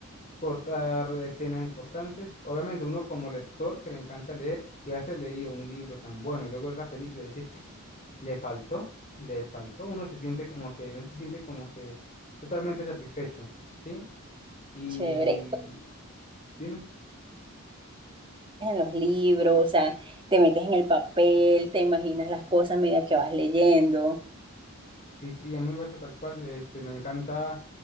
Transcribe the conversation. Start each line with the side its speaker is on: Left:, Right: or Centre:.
Left: cortar escenas importantes. Obviamente, uno como lector que le encanta leer y hace leído un libro tan bueno y luego ver la película y decir, le faltó, le faltó, uno se siente como que, uno se siente como que totalmente satisfecho, ¿sí? Y
Right: chévere.
Left: dime,
Right: en los libros, o sea, te metes en el papel, te imaginas las cosas a medida que vas leyendo.
Left: Sí, sí, a mí me pasa tal cual. Este, me encanta